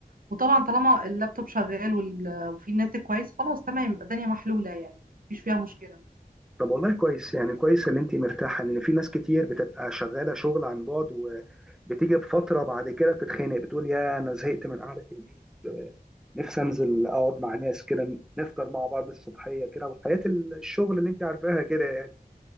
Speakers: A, on the right; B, in the centre.
A: وطبعا طالما اللابتوب شغال وال- وفي نت كويس خلاص تمام يبقى الدنيا محلولة يعني مفيش فيها مشكلة
B: طب والله كويس يعني كويس ان انت مرتاحه لان في ناس كتير بتبقى شغاله شغل عن بعد وبتيجي بفتره بعد كده بتتخانق بتقول يا انا زهقت من قعده البيت نفسي انزل اقعد مع ناس كده نفطر مع بعض الصبحيه كده وحياه الشغل اللي انت عارفاها كده يعني